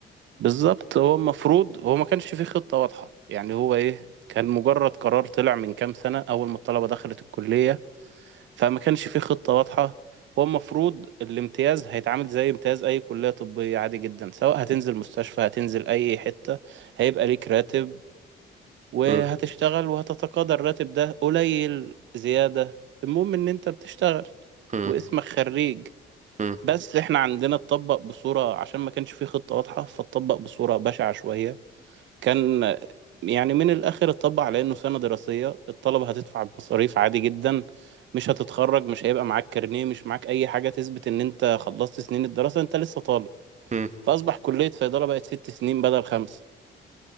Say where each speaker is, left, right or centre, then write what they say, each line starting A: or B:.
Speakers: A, on the right; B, on the right.
A: بالظبط هو المفروض هو ما كانش فيه خطة واضحة يعني هو ايه كان مجرد قرار طلع من كام سنة أول ما الطلبة دخلت الكلية فما كانش فيه خطة واضحة هو المفروض الامتياز هيتعامل زي امتياز أي كلية طبية عادي جدا سواء هتنزل مستشفى هتنزل أي حتة هيبقى ليك راتب وهتشتغل
B: مم.
A: وهتتقاضى الراتب ده قليل زيادة المهم إن أنت بتشتغل
B: مم.
A: واسمك خريج
B: مم.
A: بس احنا عندنا اتطبق بصورة عشان ما كانش فيه خطة واضحة فاتطبق بصورة بشعة شوية كان يعني من الآخر اتطبق على إنه سنة دراسية الطلبة هتدفع بمصاريف عادي جدا مش هتتخرج مش هيبقى معاك كارنيه مش معاك أي حاجة تثبت إن أنت خلصت سنين الدراسة أنت لسه طالب
B: مم.
A: فأصبح كلية صيدلة بقت ست سنين بدل خمسة